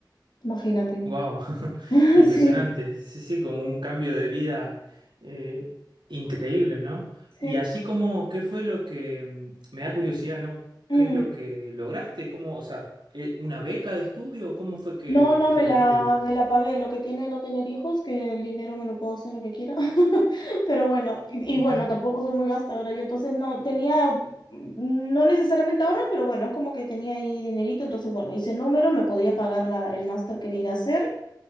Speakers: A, on the left; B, on the right.
A: imagínate.
B: Wow, <laughs>
A: <laughs>
B: impresionante.
A: Sí,
B: Sí, sí, como
A: sí.
B: un cambio de vida eh, increíble, ¿no?
A: sí.
B: Y así como, ¿qué fue lo que mm, me da curiosidad, ¿no?
A: Mm.
B: ¿Qué es lo que lograste? ¿Cómo, o sea, eh, una beca de estudio? o ¿Cómo fue que
A: No, no,
B: esto
A: me
B: de
A: la,
B: estudio?
A: me la pagué. Lo que tiene no tener hijos, que el dinero me lo puedo hacer lo que quiera. <laughs> Pero bueno, y,
B: Ujú,
A: y bueno, tampoco soy muy gastadora. Yo entonces no tenía, no necesariamente ahorro, pero bueno, es como que tenía ahí dinerito. Entonces, bueno, hice número, me podía pagar la, el máster que vine a hacer.